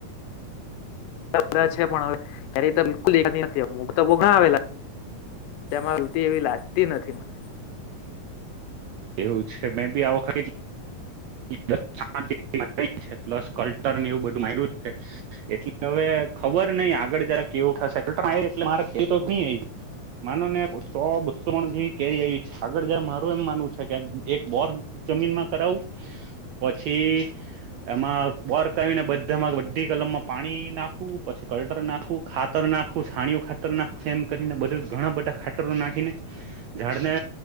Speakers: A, on the left; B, on the right.
A: બધા છે પણ યારે બિલકુલ <unintelligible> હ તો બહુ ઘા આવેલા. તેમાં યુતિ એવી લાગતી નથી મને.
B: એવું જ છે મેં બી આ વખતે જ. <inaudible> પ્લસ કલ્ટર એવું બધું મા્યું છે એટલે હવે. ખબર નહીં આગળ જરા કેવું થશે એટલે મારે એ તો નઈ. માનો ને સો બસોણ જેવી કેરી આવી છે આગળ જ મારું એમ માનવું છે કે એક બોર. જમીનમાં કરાવું. પછી એમાં વર્કને બધામાં બધી કલમમાં પાણી નાખવું પછી કલટર નાખવું ખાતર નાખવું છણીયુ ખાતર નાખવું એમ કરીને બધા ઘણા બધા ખાત. તર નાખીને ઝાડને